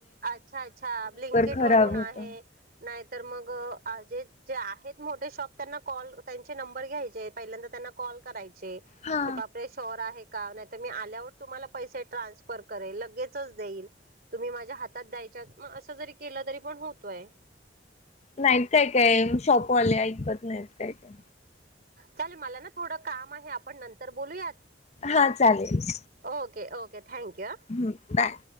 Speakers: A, on the right; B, on the left.
A: अच्छा अच्छा लिंकेट
B: खराब
A: वरून
B: होत
A: आहे नाही तर मग जे जे आहेत मोठे शॉप त्यांना कॉल त्यांचे नंबर घ्यायचे पहिल्यांदा त्यांना कॉल करायचे
B: हा
A: शॉर आहे का नाही तर मी आल्यावर तुम्हाला पैसे ट्रान्सफर करेल लगेच देईल तुम्ही माझ्या हातात द्यायच्या मग असं जरी केलं तरी पण होतोय
B: नाहीत काय काय शॉपवाले ऐकत नाहीत काय काय
A: चालेल मला ना थोडं काम आहे आपण नंतर बोलूयात
B: हा चालेल
A: ओके ओके थँक्यू
B: हम्म बाय